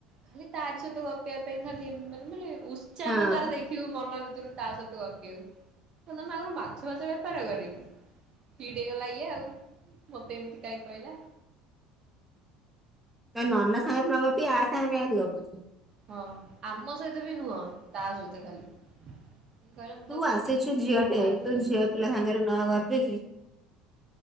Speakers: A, on the right; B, in the centre.
A: ଖାଲି ତାରି ସହିତ ଗପିବା ପାଇଁ ଖାଲି ମାନେ ମାନେ ଉତ୍ସାହ
B: ହଁ
A: ତାର ଦେଖିବୁ ମନ ଭିତରୁ ତା ସହିତ ଗପିଆକୁ। ତମେ ଆଗରୁ ମାଛ ମାଛ-ଫାଛ ବେପାର କର କି? ହିଟି ହେଇଗଲା ଇଏ ଆଉ, ମତେ ଏମିତି କାହିଁ କହିଲା?
B: କାଇଁ ନନା ସାଙ୍ଗରେ ନ ଗପି ଆ ସାଙ୍ଗେ କାଇଁ ଆସି ଗପୁଛି?
A: ହଁ, ଆମ ସହିତ ବି ନୁହଁ। ତା ସହିତ ଖାଲି। କହିଲେ ମୁଁ
B: ତୁ
A: ତାକୁ କୋଉଠି
B: ଆସିଛୁ
A: ଦେଖିଛି,
B: ଝିଅଟେ
A: ତାକୁ ଲାଜ
B: ତୁ
A: ଲାଗୁଛି।
B: ଝିଅ ପିଲା ସାଙ୍ଗରେ ନ ଗପିକି